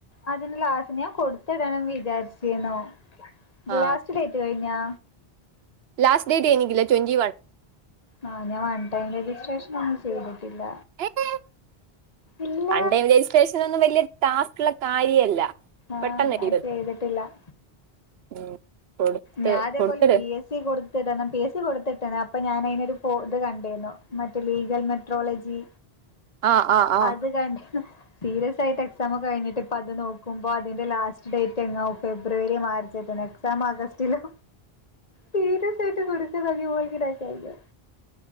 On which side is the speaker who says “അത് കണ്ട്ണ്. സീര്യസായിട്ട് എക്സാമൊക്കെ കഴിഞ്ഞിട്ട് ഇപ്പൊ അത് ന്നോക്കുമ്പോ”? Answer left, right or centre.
Left